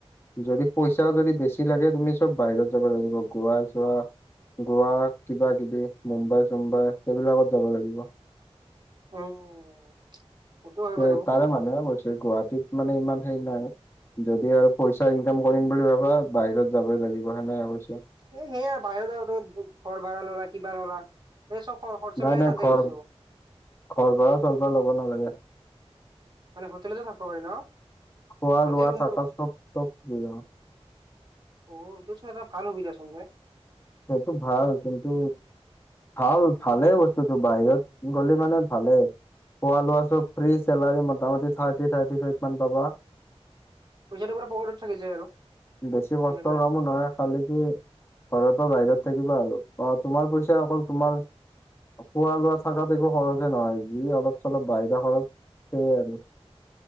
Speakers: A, on the left; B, on the right.
A: যদি পইচা যদি বেছি লাগে, তুমি চব বাহিৰত যাব লাগিব, গ'ৱা চ'ৱা। গ'ৱা কিবা কিবি মুম্বাই চুম্বাই সেইবিলাকত যাব লাগিব।
B: উম। সেইটো হয়
A: সেই
B: বাৰু।
A: তাৰে মানুহে কৈছে, গুৱাহাটীত মানে ইমান হেৰি নাই। যদি আৰু পইচা ইনকাম কৰিম বুলি ভাবে, বাহিৰত যাবই লাগিব সেনেকে কৈছে।
B: সেই সেয়া আৰু বাহিৰত আৰু তোৰ ঘৰ ভাড়া ল'লা কিবা ল'লা। এই চব খ খৰচাবিলাক
A: নাই নাই
B: তাতে
A: ঘৰ
B: গুচি যাব।
A: ঘৰ ভাড়া চৰ ভাড়া ল'ব নালাগে।
B: মানে হোটেলতে থাকিব পাৰি ন।
A: খোৱা
B: তাতে
A: লোৱা
B: ৰুম
A: থকা চব- চব দিব।
B: অ', এইটো চাইদত ভাল সুবিধাচোন ৰে।
A: সেইটো ভাল কিন্তু ভাল ভালেই বস্তুটো, বাহিৰত গ'লে মানে ভালেই। খোৱা লোৱা চব ফ্ৰী, চেলাৰী মোটামটি থাৰ্টি- থাৰ্টি ফাইভ মান পাবা।
B: পইচাটো পুৰা পকেটত থাকি যায় আৰু
A: বেছি
B: সেনেকুৱা
A: কষ্টৰ কামো নহয়, খালি কি ঘৰৰ বাহিৰত থাকিবা আৰু অ', তোমাৰ পইচা অকল তোমাৰ খোৱা লোৱা থাকাত একো খৰচে নহয়, যি অলপ চলপ বাহিৰা খৰচ সেইয়া আৰু।